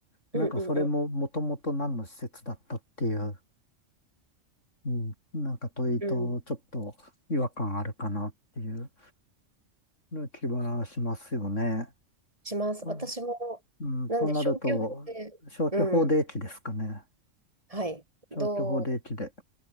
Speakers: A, on the right; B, on the left.
A: うん、
B: なんかそれももともと何の施設だったっていう。
A: うん、
B: うん、なんか問いとちょっと違和感あるかなっていう
A: うん
B: 気はしますよね。
A: します。
B: と、
A: 私も、
B: うん、
A: なんで、
B: となると、
A: 小休業で、
B: 消去法で駅ですかね。
A: うん、はい、同
B: 消去法で駅で。